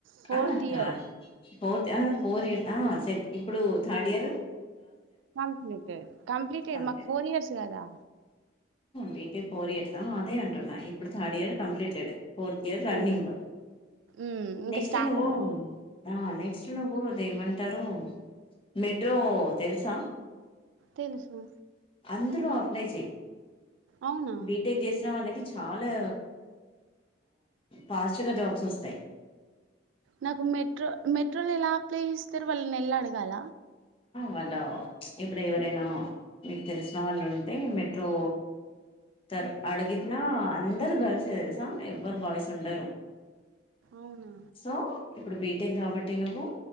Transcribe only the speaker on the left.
ఆహా
కాదు ఫోర్త్ ఫోర్ ఇయర్స్ ఆ సె ఇప్పుడు థర్డ్ ఇయరు
కంప్లీట్
బీటెక్ ఫోర్ ఇయర్స్ అదే అంటున్నాయి ఇప్పుడు third year completed fourth year రన్నింగ్
నెక్స్ట్
ను
ఆ నెక్స్ట్ నువ్వు అది ఏమన్నా అంటారు మెట్రో తెలుసా
అందులో అప్లై చేయి
బీటెక్ చేసిన వాళ్ళకి చాలా ఫాస్ట్గా జాబ్స్ వస్తాయి
వాళ్ళు ఎప్పుడు ఎవరైనా మీకు తెలిసిన వాళ్ళు ఉం టే మెట్రో త అడిగిన్నా అందరు గర్ల్స్ ఎ తెలుసా ఎవరు బాయ్స్ ఉండరు
సో ఇప్పుడు బీ టెక్ కాబట్టి నువ్వు